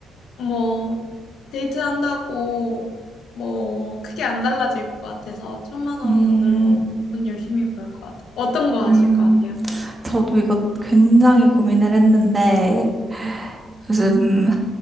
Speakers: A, on the left; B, on the right.
A: 뭐, 데이트한다고 뭐, 크게 안 달라질 것 같아서 천만 원으로
B: 음,
A: 돈 열심히 벌 것 같아요. 어떤 거 하실
B: 음.
A: 것 같아요?
B: 저도 이거 굉장히 고민을 했는데 요즘